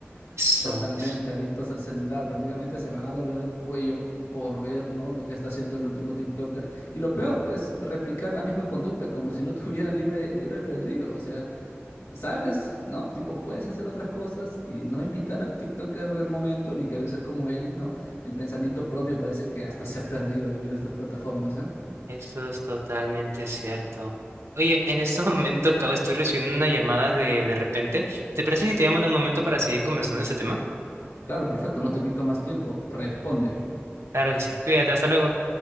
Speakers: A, on the left; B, on the right.
A: <laughs>
B: Eso
A: totalmente
B: es.
A: adictos al celular, prácticamente se van a doblar el cuello. por ver, ¿no? lo que está haciendo el último TikToker. Y lo peor es replicar la misma conducta, como si no tuvieran libre, libre albedrío. O sea, ¿Sabes? ¿No? Tipo, puedes hacer otras cosas y no imitar al TikToker del momento ni querer ser como él, ¿no? El pensamiento propio parece que hasta se ha perdido debido a estas plataformas, ¿eh?
B: Eso es totalmente cierto. Oye, en este <laughs> momento acabo, estoy recibiendo una llamada de de repente. ¿Te parece si te llamo en un momento para seguir conversando de este tema?
A: Claro, perfecto, no te quito más tiempo. Responde.
B: Claro que sí. Cuídate, hasta luego.